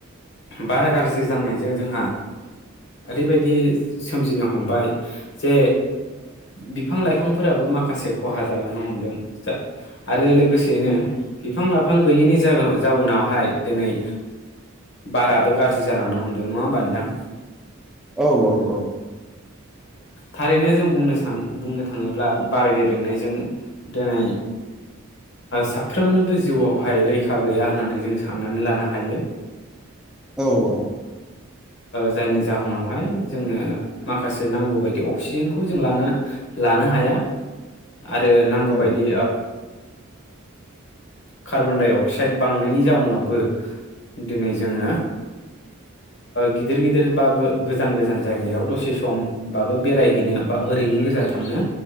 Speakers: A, on the left; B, in the centre.
A: बारा गाज्रि जानायजों जोंहा ओरैबायदि सोमजिनो हमबाय जे बिफां लाइफां फोराबो माखासे खहा जालांनो हमदों जा आरो लोगोसेनो बिफां लाइफां गैयैनि जा-जाउनावहाय दिनै बाराबो गाज्रि जालांनो हमदों नङा होमबा नोंथां?
B: औ औ औ
A: थारैनो जों बुंनो सान बुंनो थाङो ब्ला बार गेबेंनायजों दोनै साफ्रोमनोबो जिउआवहाय रैखा गैया होननानै जों साननानै लानो हायो।
B: औ औ
A: जायनि जाउनावहाय जोङो माखासे नांगौ बायदि अक्सिजेनखौ जों लानो लानो हाया। आरो नांगौबायदि
B: औ
A: कार्बन डाइ अक्साइड बांनायनि जाउनावबो दिनै जोङो गिदिर गिदिर बा गोजान गोजान जायगायाव दसे समबाबो बेरायहैनो बा ओरैनो गोजा थांनो